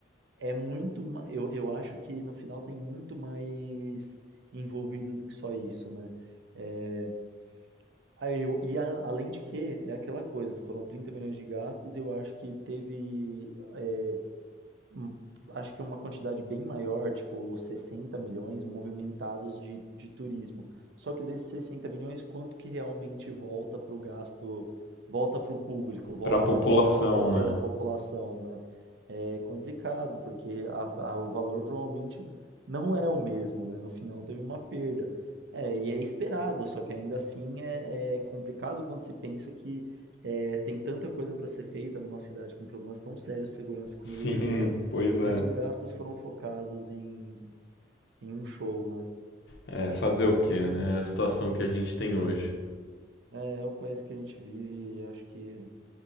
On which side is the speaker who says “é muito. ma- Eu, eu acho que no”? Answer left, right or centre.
Right